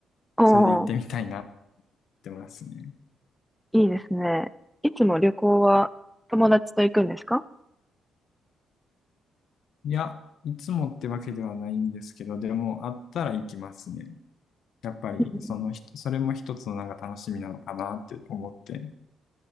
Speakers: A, in the centre; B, on the left.
A: おー、
B: それで行ってみたいなって思いますね。
A: いいですね。いつも旅行は友達と行くんですか
B: いや、いつもってわけではないんですけど、でもあったら行きますね。やっぱり、
A: うん。
B: そのひ、それも一つのなんか楽しみなのかなって思って。